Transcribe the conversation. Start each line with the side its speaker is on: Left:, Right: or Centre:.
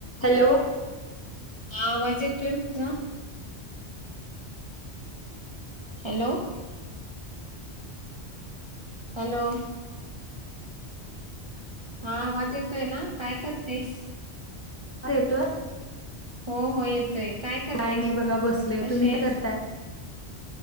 Left: Hello
Right: हा आवाज येतोय माझा हॅलो हॅलो हा आवाज येतोय ना काय करतेस.
Left: हा येतोय.
Right: हो हो येतोय काय करतेयस
Left: नाही बघा
Right: तू?
Left: बसले
Right: कशी
Left: तुम्ही
Right: आहेस.
Left: काय करताय